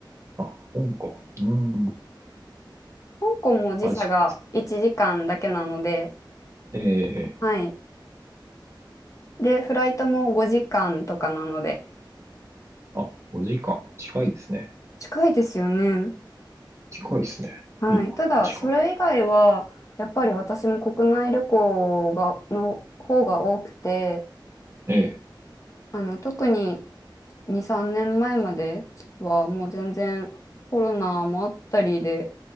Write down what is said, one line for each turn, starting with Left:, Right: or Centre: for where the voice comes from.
Right: あ、香港。うん、
Left: 香港も時差が1時間だけなので、
Right: アジアです。ええ、
Left: はい。で、フライトも5時間とかなので、
Right: あ、5時間。近いですね。
Left: 近いですよね。
Right: 近いですね。
Left: はい。
Right: いいな、
Left: ただ、
Right: 時間が。
Left: それ以外は、やっぱり私も国内旅行が、の方が多くて、
Right: ええ。
Left: あの、特に2、3年前まえまでは、もう全然コロナもあったりで、